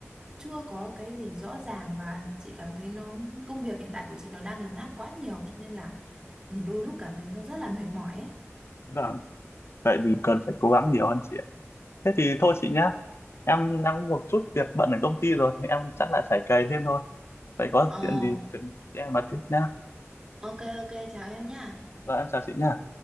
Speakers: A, on the right (about 15°); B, on the left (about 55°).
A: chưa có cái gì rõ ràng và chị cảm thấy nó công việc hiện tại của chị nó đang lấn át quá nhiều cho nên là nhìn đôi lúc cảm thấy nó rất là mệt mỏi ấy.
B: vâng vậy thì cần phải cố gắng nhiều hơn chị ạ thế thì thôi chị nhá em đang có một chút việc bận ở công ty rồi em chắc là phải cày thêm thôi vậy có
A: Ờ,
B: chuyện gì chuyện em nói tiếp nhá
A: ok ok chào em nha.
B: vâng em chào chị nhá